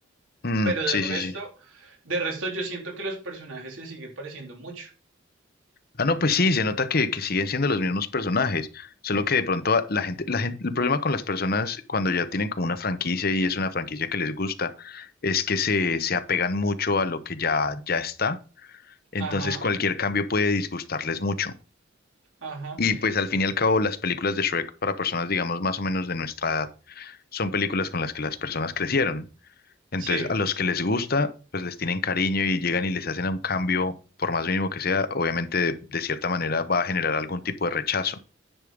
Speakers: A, on the left (about 50°); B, on the right (about 85°).
A: Mm,
B: pero
A: sí,
B: de resto,
A: sí, sí.
B: de resto yo siento que los personajes se siguen pareciendo mucho.
A: Ah, no, pues sí, se nota que, que siguen siendo los mismos personajes, solo que de pronto a- la gente, la gente, el problema con las personas cuando ya tienen como una franquicia y es una franquicia que les gusta, es que se, se apegan mucho a lo que ya, ya está, entonces
B: Ajá,
A: cualquier cambio puede disgustarles mucho.
B: ajá.
A: Y pues al fin y al cabo las películas de Shrek para personas, digamos, más o menos de nuestra edad, son películas con las que las personas crecieron. Entonces,
B: Sí.
A: a los que les gusta, pues les tienen cariño y llegan y les hacen un cambio, por más mínimo que sea, obviamente de, de cierta manera va a generar algún tipo de rechazo.